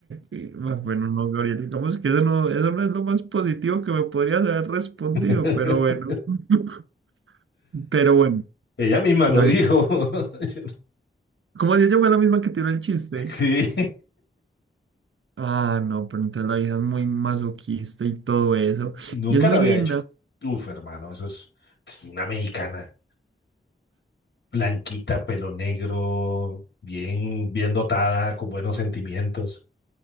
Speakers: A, on the right; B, on the left.
A: eh, bueno, no, Gabriel, digamos que eso no, eso no es lo más positivo que me podrías haber respondido,
B: <laughs>
A: pero bueno, <laughs> pero bueno,
B: Ella misma
A: Gabriel,
B: lo dijo. <laughs> Yo- no,
A: como si ella fue la misma que tiró el chiste.
B: Sí.
A: Ah, no, pero entonces la vieja es muy masoquista y todo eso,
B: Y nunca
A: y es muy
B: lo había
A: linda.
B: hecho. Uf, hermano, eso es, es una mexicana, blanquita, pelo negro, bien, bien dotada, con buenos sentimientos.